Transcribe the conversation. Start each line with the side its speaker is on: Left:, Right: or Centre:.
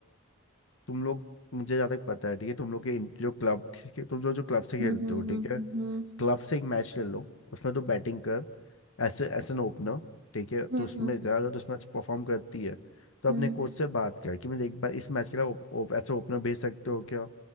Left: तुम लोग मुझे जहाँ तक पता है ठीक है तुम लोग के इन- जो क्लब तुम लोग जो क्लब से खेलते
Right: हम्म हम्म
Left: हो ठीक है
Right: हम्म
Left: क्लब से एक मैच ले लो उसमें तो बैटिंग कर ऐसे एज एन ओपनर ठीक है तो
Right: हम्म
Left: उसमें
Right: हम्म
Left: जा अगर तो उस मैच परफॉर्म करती है तो अपने
Right: हम्म
Left: कोच से बात कर कि मुझे एक बार इस मैच के लिए ओप, ओप, ऐसे ओपनर भेज सकते हो क्या